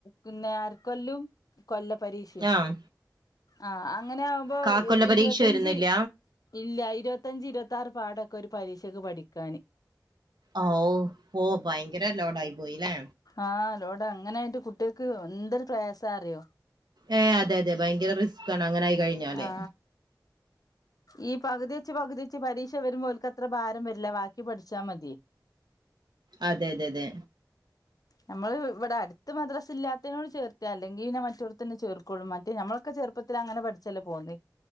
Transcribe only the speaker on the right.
ആഹ്
കാക്കൊല്ല പരീക്ഷ
വരുന്നില്ല
ഔ ഓഹ് ഭയങ്കര ലോടായി പോയില്ലേ
ഏഹ് അതെ അതെ ഭയങ്കര റിസ്ക് ആണ് അങ്ങനെ ആയി കഴിഞ്ഞാലേ
അതെ അതെ അതെ